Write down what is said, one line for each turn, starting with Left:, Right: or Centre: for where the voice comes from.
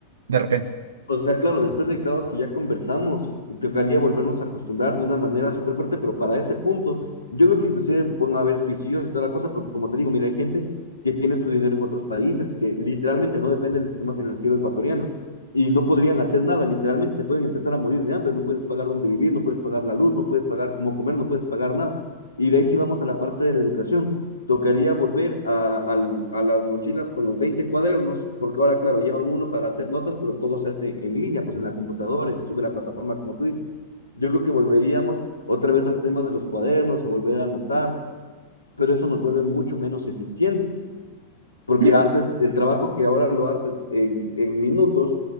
Right: de repente?
Left: O sea, claro, después del caos que ya conversamos, tocaría volvernos a acostumbrar de una manera súper fuerte, pero para ese punto, yo creo que inclusive van a haber suicidios y toda la cosa, porque como te digo, mira, hay gente que tiene su dinero en otros países, que literalmente no dependen del sistema financiero ecuatoriano y no podrían hacer nada, literalmente se pueden empezar a morir de hambre, no puedes pagar dónde vivir, no puedes pagar la luz, no puedes pagar cómo comer, no puedes pagar nada. Y de ahí sí vamos a la parte de la educación tocaría volver a, a, a, las mochilas con los 20 cuadernos, porque ahora, claro, llevan uno para hacer notas, pero todo se hace en línea, pues en la computadora y se sube a la plataforma, como tú dices. Yo creo que volveríamos otra vez al tema de los cuadernos, a volver a anotar, pero eso nos vuelve mucho menos eficientes. Porque
Right: Yo
Left: antes el trabajo que ahora lo haces en, en minutos